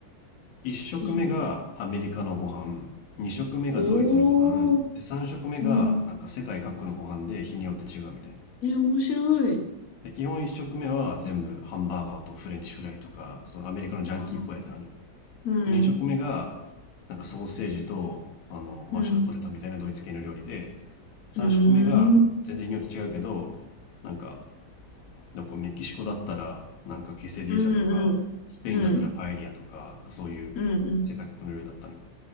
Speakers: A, on the left (about 75°); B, on the left (about 45°).
A: 1食目がアメリカのご飯、
B: いいな。
A: 2食目がドイツのご飯、
B: おー、
A: で3食目がなんか世界各国のご飯で日によって違うみたいな。
B: うん、え、面白い。
A: で基本1食目は全部ハンバーガーとフレンチフライとか、そのアメリカのジャンキーっぽいやつなのよ
B: あー、うん、
A: で2食目がなんかソーセージとあのマッシュドポテトみたいなドイツ系の料理で、
B: うん、
A: 3食目が全然日によって違うけど、
B: うーん、
A: なんか、なんかメキシコだったらなんかケセディージャとか、
B: うん、うん、
A: スペインだったらパエリアとか、
B: うん、
A: なんかそういう世界各国の料理だったのよ。
B: うん、うん、